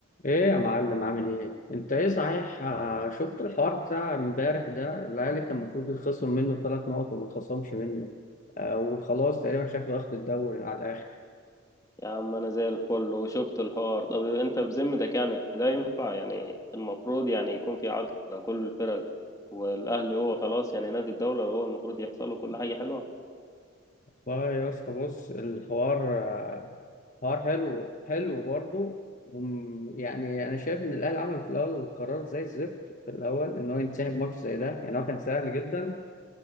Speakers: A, on the left; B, on the left.
A: ايه يا معلم عامل ايه انت ايه صحيح آه، شفت الحوار بتاع امبارح ده الاهلي كان المفروض يتخصم منه ثلاث نقط وما اتخصمش منه آه وخلاص تقريبا شكله واخد الدوري على الاخر
B: يا عم انا زي الفل وشفت الحوار طب انت بذمتك يعني ده ينفع يعني المفروض يعني يكون في عدل على كل الفرق والاهلي هو خلاص يعني نادي الدوله هو المفروض يحصل له كل حاجه حلوه
A: والله يا اسطى بص الحوار آه، حوار حلو حلو برضه وم- يعني انا شايف ان الاهلي عمل في الاول قرار زي الزفت في الاول ان هو ينسحب ماتش زي ده يعني هو كان سهل جدا